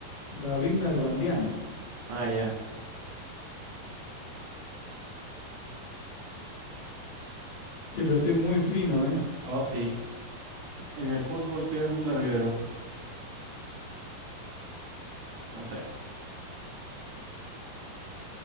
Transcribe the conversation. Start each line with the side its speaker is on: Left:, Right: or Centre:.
Left: David Nalbandian.
Right: Ah, ya.
Left: Che, pero estoy muy fino, ¿eh?
Right: Oh, sí. ¿En el fútbol qué es un larguero? No sé.